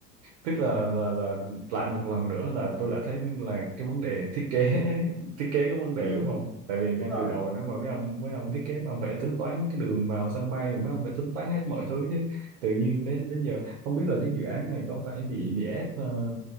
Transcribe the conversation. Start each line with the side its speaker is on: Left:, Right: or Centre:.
Right: Tức là, là là lại một lần nữa là tôi đã thấy là cái vấn đề thiết kế <laughs> thiết kế có vấn đề
Centre: Ừ,
Right: đúng không? Tại vì ngay
Centre: đúng rồi.
Right: từ đầu nếu mà mấy ông mấy ông thiết kế mà phải tính toán cái đường vào sân bay rồi mấy ông phải tính toán hết mọi thứ chứ tự nhiên đến đến giờ không biết là cái dự án này có phải bị bị ép ờ,